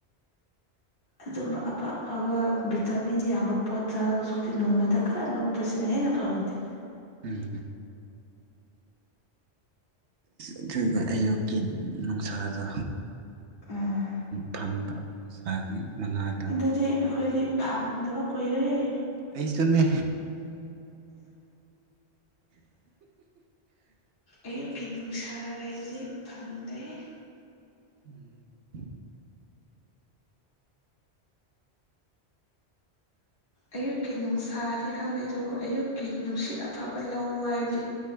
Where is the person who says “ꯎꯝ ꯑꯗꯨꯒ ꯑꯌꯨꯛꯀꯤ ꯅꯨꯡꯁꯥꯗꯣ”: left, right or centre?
Right